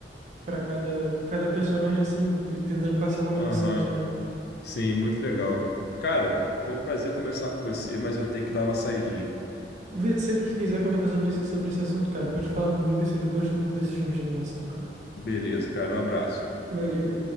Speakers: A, on the right; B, on the left.
A: para cada, cada personagem, assim, e tentando passar uma mensagem,
B: Aham,
A: né?
B: sim, muito legal. Cara, foi um prazer conversar com você, mas eu tenho que dar uma saidinha.
A: Vitor, sempre que você quiser conversar sobre esse, sobre esse assunto, cara, pode falar comigo, assim, que eu gosto muito desses filmes de animação, cara.
B: Beleza, cara, um abraço.
A: Valeu.